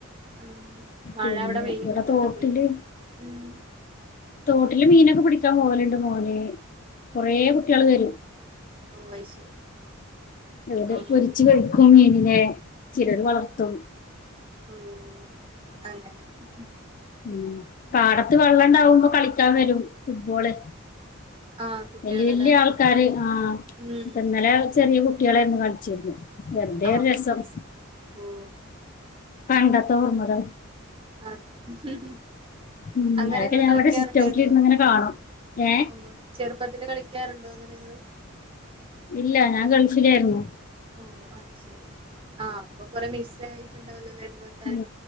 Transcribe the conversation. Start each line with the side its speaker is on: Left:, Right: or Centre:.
Right: ഉം മഴ
Left: പിന്നെ
Right: അവിടെ പെയ്യുന്നുണ്ടല്ലോ
Left: ഇവിടെ തോട്ടില്
Right: അതെര്ക്കും ഉം.
Left: തോട്ടില് മീനൊക്കെ പിടിക്കാൻ പോവല്ണ്ട് മോന് കൊറെ കുട്ടിയാള് വെരും.
Right: ഓഹ അയ് ശരി
Left: എന്നിട്ട്
Right: ആഹ്
Left: പൊരിച്ച്കഴിക്കും മീനിനെ ചിലെര് വളർത്തും.
Right: ഓഹ് അങ്ങെനെ. !!
Left: ഉം പാടെത്ത് വള്ളണ്ടാവുമ്പോ കളിക്കാൻ വെരും ഫുട്ബോള്
Right: ആഹ് കുട്ടികളല്ലേ
Left: വെല്ല്യ, വെല്ല്യ ആൾക്കാര് ആഹ
Right: ഉം
Left: ഇപ്പ ഇന്നലെ ചെറിയെ കുട്ടിയാളാര്ന്നു കളിച്ചിര്ന്ന്. വെർതെ
Right: ആഹ്
Left: ഒര് രെസം
Right: ആഹ് ആഹ് ഓ
Left: പണ്ടെത്തെ ഓർമകൾ.
Right: അഹ്
Left: ഉം
Right: അങ്ങനെ
Left: അതൊക്കെ
Right: ഇങ്ങള്
Left: ഞാൻ
Right: കളിക്കാറുണ്ടേന്നു.
Left: ഇവിടെ സിറ്റൗട്ടിലിരുന്ന് ഇങ്ങനെ കാണും ഏഹ്
Right: ആഹ് ചെറുപ്പത്തില് കളിക്കാറുണ്ടോ അങ്ങെനെഇങ്ങെള്?
Left: ഇല്ല ഞാൻ ഗൾഫിലേർന്നു.
Right: ഓഹ് അത് സെരി ആഹ അപ്പൊ കൊറെ മിസ്സായിറ്റുണ്ടാവല്ലെ അതുപോലെ
Left: ഉം